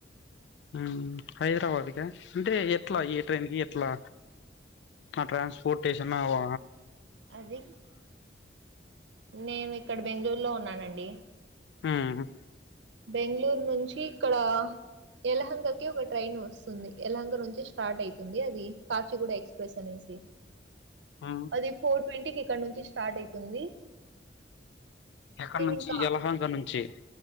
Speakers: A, on the left (about 75°); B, on the right (about 80°).
A: హ హైదరాబాద్క అంటే ఎట్లా
B: అవును.
A: యే ట్రైన్కి ఎట్లా ఆ ట్రాన్స్పోర్టేషన్ అవ్వ
B: అది నేను ఇక్కడ బెంగళూరులో ఉన్నానండి
A: హు
B: బెంగళూరు నుంచి ఇక్కడ ఎలహంగాకి ఒక ట్రైన్ వస్తుంది ఎలహంగా నుంచి స్టార్ట్ అవుతుంది అది కాచిగూడ ఎక్స్ప్రెస్ అనేసి
A: ఆ
B: అది ఫోర్ ట్వంటీకిి ఇక్కడ నుంచి స్టార్ట్ అవుతుంది
A: ఎక్కడ నుంచి
B: ఇంకా
A: ఎలహంగ నుంచి